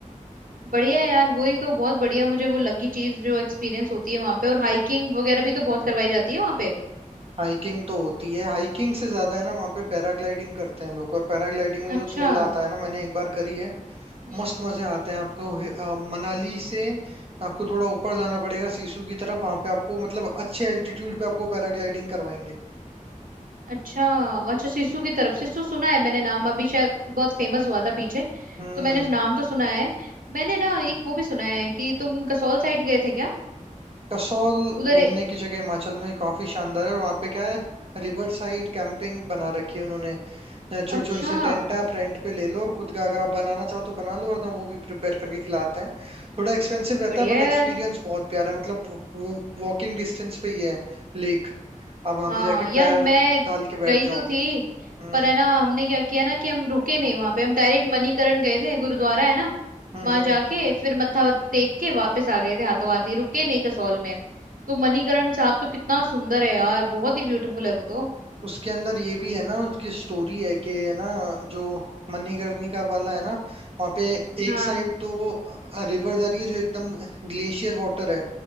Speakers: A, on the right; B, on the right.
A: बढ़िया है यार वही तो बहुत बढ़िया मुझे वो लगी चीज जो एक्सपीरियंस होती है वहां पे और हाइकिंग वगैरह भी तो बहुत करवाई जाती है वहां पे
B: हाइकिंग तो होती है हाइकिंग से ज्यादा है ना वहाँ पे पैराग्लाइडिंग करते हैं लोग और पैराग्लाइडिंग में जो
A: अच्छा
B: थ्रिल आता है ना मैंने एक बार करी है
A: हम्म
B: मस्त मजे आते हैं आपको हे- अ, मनाली से आपको थोड़ा ऊपर जाना पड़ेगा सिसु की तरफ वहां पे आपको मतलब अच्छे एल्टीट्यूड पे आपको पैराग्लाइडिंग करवाएंगे
A: अच्छा अच्छा सिसु की तरफ सिसु सुना है मैंने नाम अभी शायद बहुत फेमस हुआ था पीछे
B: हम्म
A: तो मैंने उस नाम तो सुना है मैंने ना एक वो भी सुना है कि तुम कसौल साइड गए थे क्या
B: कसौल
A: उधर
B: घूमने
A: ए-
B: की जगह हिमाचल में काफी शानदार है और वहां पे क्या है रिवर साइड कैंपिंग बना रखी है उन्होंने छोटे
A: अच्छा
B: छोटे से टेंट आप रेंट पे ले लो और खुद का अगर आप बनाना चाहो तो बना लो वरना वो भी प्रिपेयर करके खिलाते हैं थोड़ा एक्सपेंसिव रहता
A: बढ़िया
B: है बट एक्सपीरियंस
A: यार
B: बहुत प्यारा है मतलब वो वॉकिंग डिस्टेंस पे ही है लेक आप वहां
A: हाँ
B: पे जाके
A: यार
B: पैर
A: मैं
B: डाल के बैठ
A: गई
B: जाओ
A: तो थी
B: हम्म
A: पर है ना हमने क्या किया ना कि हम रुके नहीं वहां पे हम डायरेक्ट मणिकरण गए थे गुरुद्वारा है ना
B: हम्म
A: वहां
B: हम्म।
A: जाके फिर मत्था टेक के वापस आ गए थे हाथों हाथ ही रुके नहीं कसौल में तो मणिकरण साहब तो कितना सुंदर है यार बहुत ही ब्यूटीफुल है वो तो
B: उसके अंदर ये भी है ना उसकी स्टोरी है कि है ना जो मणिकर्णिका वाला है ना वहाँ पे
A: हाँ
B: एक साइड तो रिवर जा रही है जो एकदम ग्लेशियर वाटर है